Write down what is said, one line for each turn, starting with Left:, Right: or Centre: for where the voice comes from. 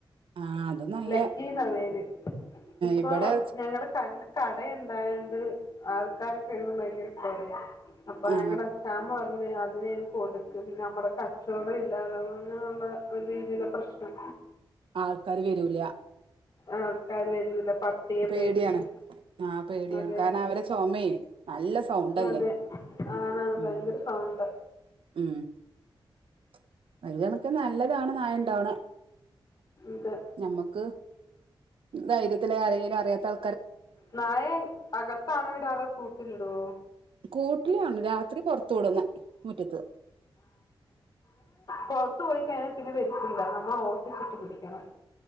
Right: ആ അത് നല്ല
Left: ലക്കി എന്ന പേര് ഇപ്പൊ
Right: ഇവിടെ
Left: ഞങ്ങളടെ ക ക ഇടെ ഉണ്ടായണ്ട് ആൾക്കാരൊക്കെ ഇരുന്നു ഭയങ്കര കുരായ അപ്പൊ
Right: ആ
Left: എങ്ങനെ <unintelligible> പറഞ്ഞു അത് അതിനെ കൊടുക്ക് പിന്നെ നമ്മടെ കച്ചവടം ഇല്ലാതാവും അങ്ങനെയുള്ള ഒരു രീതിയില പ്രശ്നം
Right: ആൾക്കാര് വരൂല
Left: ആൾക്കാര് വരൂല പട്ടിയെ
Right: പേടിയാണ്
Left: പേടിച്ച്
Right: ആ പേടിയാണ്
Left: അതെ
Right: കാരണം
Left: അതെ
Right: അവരെ ചുമയെ നല്ല സൗണ്ടല്ലേ
Left: അതെ ആണാണ്
Right: ഉം
Left: ഭയങ്കര സൗണ്ട്
Right: ഉം <unintelligible> നല്ലതാണ് നായണ്ടാവണ
Left: ഇത്
Right: ഞമ്മക്ക് ധൈര്യത്തില് ആരെങ്കിലും അറിയാത്ത ആൾ
Left: നായെ അകത്താണോ ഇടറു കൂട്ടിലിടുവോ
Right: കൂട്ടിലാണ് രാത്രി പൊറത്ത് വിടുന്ന മുറ്റത്ത്
Left: പുറത്തു പോയി കഴിഞ്ഞാൽ പിന്നെ വരുത്തില്ല നമ്മൾ ഓട്ടിച്ചിട്ട് പിടിക്കണം